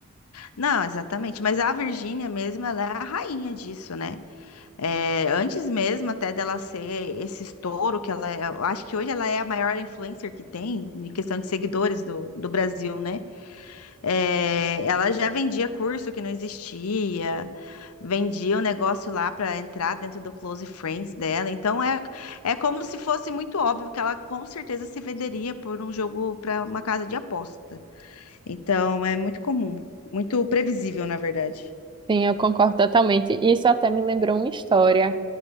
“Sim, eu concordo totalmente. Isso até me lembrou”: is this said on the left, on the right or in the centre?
Right